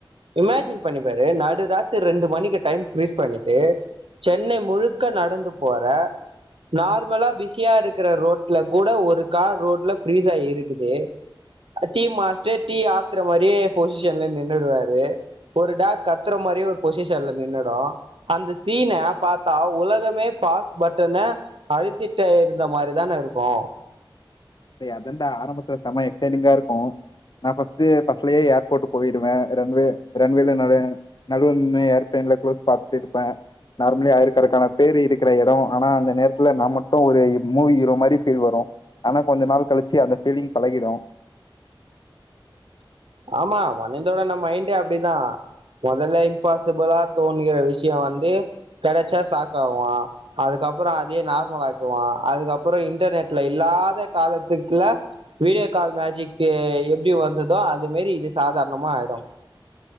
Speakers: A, on the right; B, on the left.
A: இமேஜின் பண்ணி பாரு நடு ராத்ரி ரெண்டு மணிக்கு டைம் ஃப்ரீஸ் பண்ணிட்டு சென்னை முழுக்க நடந்து போற நார் மலா பிஸியா இருக்குற ரோட்ல கூட ஒரு கார் ரோட்ல ஃப்ரீஸாயி இருக்குது அ டீ மாஸ்டர் டீ ஆத்துற மாரியே பொசிஷன்ல நின்னுடுவாரு ஒரு டாக் கத்துற மாரியே ஒரு பொசிஷன்ல நின்னுடு அந்த சீன பாத்தா உலகமே பாஸ் பட்டன அழுத்திட்ட இருந்த மாரி தான இருக்கு
B: டே அதான்டா ஆரம்பத்துல செம எக்சைட்டிங்கா இருக்கு நா ஃபஸ்ட்டு பஸ்லயே ஏர்போர்ட் போயிடுவே ரன்வே ரன்வேல நடய நடுவுல நின்னு ஏர்பிளைன்ல க்ளோஸ் பாத்துருப்பே நார்மலி ஆயிரக்கணக்கான பேரு இருக்குற எடோ ஆனா அந்த நேரத்துல நா மட்டு ஒரு இ மூவி ஹீரோ மாரி ஃபீல் வரு கொஞ்ச நாள் கழிச்சி அந்த ஃபீலிங் பழகிரு
A: ஆமா மனிதனோட மைண்டே அப்டிதா மொதல்ல இம்பாசிபுலா தோணுகிற விஷயோ வந்து கெடைச்சா ஷாக்காவோ அதுக்கப்றோ அதயே நார்மலாக்குவோ அதுக்கப்றோ இன்டெர்நெட்ல இல்லாத காலத்துக்குல வீடியோ கால் மேஜிக்கு எப்டி வந்துதோ அது மாரி இது சாதார்ணமா ஆயிடு